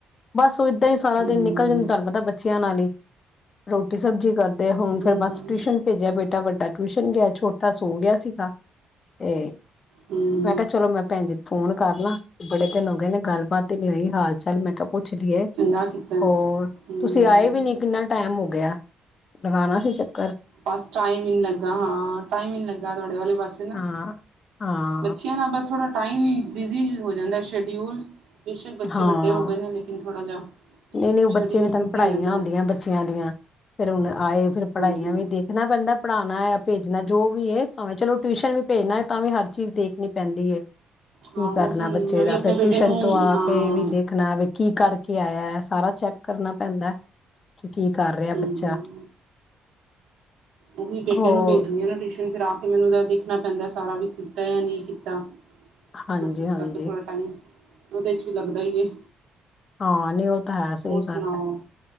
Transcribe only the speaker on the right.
ਹੂੰ
ਹੂੰ
ਹੂੰ।
ਚੰਗਾ ਕੀਤਾ
ਹੂੰ
ਬਸ ਟਾਈਮ ਈ ਨੀ ਲੱਗਾ। ਹਾਂ ਟਾਈਮ ਈ ਨੀ ਲੱਗਾ। ਤੁਹਾਡੇ ਵਾਲੇ ਬਸ
ਬੱਚਿਆਂ ਨਾਲ ਬ ਥੋੜਾ ਟਾਈਮ ਬਿਜ਼ੀ ਹੋ ਜਾਂਦਾ ਹੈ ਸ਼ਡਿਊਲ। ਬੇਸ਼ੱਕ ਬੱਚੇ
ਵੱਡੇ ਹੋ ਗਏ ਨੇ। ਲੇਕਿਨ ਥੋੜਾ ਜਿਹਾ
ਸ਼ਡਿਊਲ
ਬਿਜ਼ੀ
ਹੀ ਰੈਂਦਾ
ਹੈ।
ਹਾਂਜੀ
ਹਾਂ
ਉਹੀ
ਮੈਂ ਵੀ
ਆਪਣੇ
ਬੇਟੇ
ਨੂੰ
ਹਾਂ
ਹੂੰ
ਉਹੀ ਬੇਟੇ
ਨੂੰ ਭੇਜਦੀ ਆ ਟਿਊਸ਼ਨ ਫਿਰ ਆ ਕੇ ਮੈਨੂੰ ਤਾਂ ਦੇਖਣਾ ਪੈਂਦਾ ਸਾਰਾ ਵੀ ਕੀਤਾ ਜਾਂ ਨਹੀਂ ਕੀਤਾ।
ਬਸ ਇਸ
ਕਰਕੇ ਥੋੜ੍ਹਾ ਟਾਈਮ ਉਹਦੇ ਚ ਵੀ ਲੱਗਦਾ ਹੀ ਏ।
ਸੁਣਾਓ